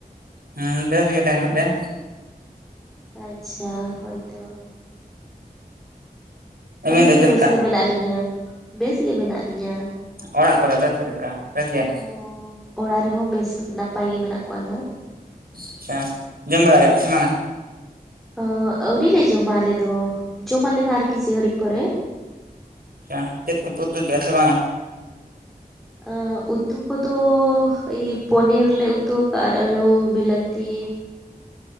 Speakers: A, on the right; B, in the centre.
A: ᱦᱩ ᱵᱮᱥ ᱜᱮᱞᱮ ᱦᱮᱱᱟᱜ ᱞᱮᱭᱟ᱾
B: ᱟᱪᱪᱷᱟ ᱦᱳᱭᱛᱚ᱾
A: ᱟᱵᱮᱱ
B: ᱟᱹᱞᱤᱧ
A: ᱫᱚ
B: ᱦᱚᱸ
A: ᱪᱮᱫ
B: ᱵᱮᱥᱜᱮ
A: ᱞᱮᱠᱟ
B: ᱢᱮᱱᱟᱜ ᱞᱤᱧᱟᱹ, ᱵᱮᱥᱜᱮ ᱢᱮᱱᱟᱜ ᱞᱤᱧᱟᱹ᱾
A: ᱚᱲᱟᱜ ᱠᱚᱨᱮ ᱫᱚ ᱪᱮᱫ ᱞᱮᱠᱟ ᱵᱮᱥ ᱜᱮ?
B: ᱦᱚᱸ ᱚᱲᱟᱜ ᱨᱮᱦᱚᱸ ᱵᱮᱥ ᱱᱟᱯᱟᱭ ᱜᱮ ᱢᱮᱱᱟᱜ ᱠᱚᱣᱟ ᱱᱟᱦᱟᱜ᱾
A: ᱟᱪᱪᱷᱟ ᱡᱚᱢ ᱵᱟᱲᱟ ᱠᱮᱜᱟ ᱯᱮ ᱥᱮ‌ ᱵᱟᱝᱟ?
B: ᱚ ᱟᱹᱣᱨᱤ ᱞᱮ ᱡᱚᱢᱟ ᱟᱞᱮ ᱫᱚ, ᱡᱚᱢᱟᱞᱮ ᱱᱟᱦᱜ ᱟᱨ ᱠᱤᱪᱷᱤ ᱜᱷᱟᱹᱲᱤᱡ ᱯᱚᱨᱮ᱾
A: ᱟᱪᱪᱷᱟ ᱪᱮᱫ ᱠᱚ ᱯᱮ ᱩᱛᱩ ᱠᱮᱜᱟ ᱥᱮ ᱵᱟᱝᱟ?
B: ᱟ ᱩᱛᱩ ᱠᱚᱫᱚ ᱤᱭᱟᱹ ᱯᱚᱱᱤᱨ ᱞᱮ ᱩᱛᱩ ᱣᱟᱠᱟᱜᱟ ᱟᱨ ᱟᱹᱲᱩ ᱵᱤᱞᱟᱹᱛᱤ